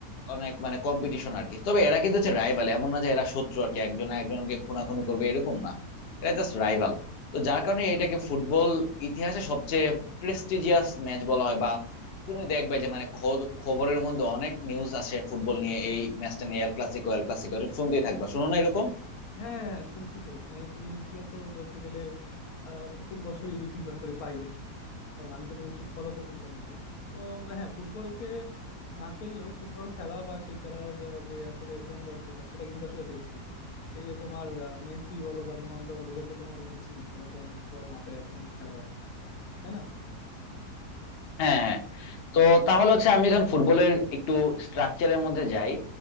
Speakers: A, on the left; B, on the left.
A: অনেক মানে কম্পিটিশন আর কি তবে এরা কিন্তু হচ্ছে রাইভাল এমন না যে এরা শত্রু আর কি একজন একজনকে খুনাখুনি করবে এরকম না এরা জাস্ট রাইভাল তো যার কারণে এটাকে ফুটবল ইতিহাসে সবচেয়ে প্রেস্টিজিয়াস ম্যাচ বলা হয় বা তুমি দেখবে যে মানে খ- খবরের মধ্যে অনেক নিউজ আসে ফুটবল নিয়ে এই ম্যাচটা নিয়ে এল ক্লাসিকো এল ক্লাসিকো শুনতেই থাকবা শুনো না এরকম
B: হ্যাঁ হ্যাঁ, হ্যাঁ, শুনছি তো মানে নিউজ গুলো তো বলতে গেলে আহ, প্রত্যেক বছরই দুই তিনবার করে পাই দেখি কারণ আমি তো নিউজ টুজ ফলো করি মোটামুটি তো হ্যাঁ ফুটবলকে না খেললেও ফুটবল খেলা বা সেই খেলার আহ, যে আসলে সৌন্দর্যটা সেটা কিন্তু আসলে দেখছি এই যে তোমার আহ, মেসি বলো বা রোনালদো বলো এদেরকে তো মোটামুটি চিনি এরা তো অনেক বড় মাপের একজন খেলোয়াড় তাই না
A: হ্যাঁ হ্যাঁ তো তাহলে হচ্ছে আমি যখন ফুটবলের একটু স্ট্রাকচারের মধ্যে যাই